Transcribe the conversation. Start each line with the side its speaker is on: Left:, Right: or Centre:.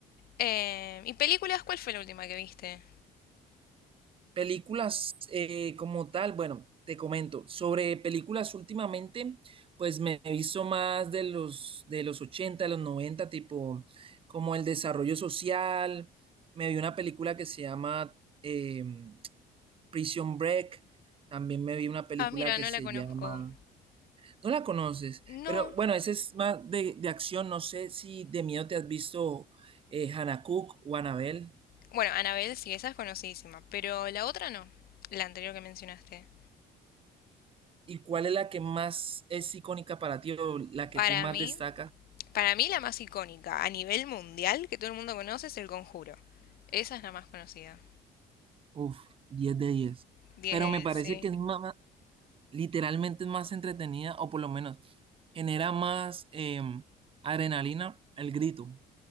Left: Eh, ¿y películas? ¿Cuál fue la última que viste?
Right: Películas eh, como tal, bueno, te comento, sobre películas últimamente, pues me he visto más de los, de los 80 de los 90 tipo como el desarrollo social, me vi una película que se llama eh, Prison Break, también me vi una película
Left: Ah, mira,
Right: que
Left: no
Right: se
Left: la conozco.
Right: llama, no la conoces,
Left: No.
Right: pero bueno, esa es más de, de acción, no sé si de miedo te has visto eh, Hannah Cook o Annabelle.
Left: Bueno, Annabelle sí, esa es conocidísima. Pero la otra no. La anterior que mencionaste.
Right: ¿Y cuál es la que más es icónica para ti o la que
Left: Para
Right: tú más
Left: mí,
Right: destacas?
Left: para mí la más icónica a nivel mundial que todo el mundo conoce es El Conjuro. Esa es la más conocida.
Right: Uf, 10 de 10.
Left: diez
Right: Pero
Left: de
Right: me
Left: diez
Right: parece
Left: sí.
Right: que es más, literalmente es más entretenida, o por lo menos genera más em, adrenalina, el grito